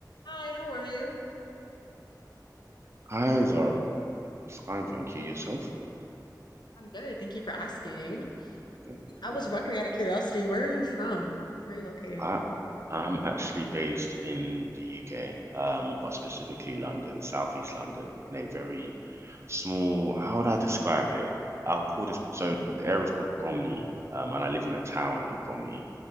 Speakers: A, on the left; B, on the right.
A: Hi, how are you?
B: Eyes are fine, thank you. Yourself?
A: I'm good. Thank you for asking.
B: Good, good,
A: I
B: good.
A: was wondering out of curiosity, where are you from? Where are you located?
B: I I'm actually based in the UK, um, but specifically London, Southeast London, in a very small, how would I describe it? I'll call this, so the area is called Bromley, um, and I live in a town in Bromley.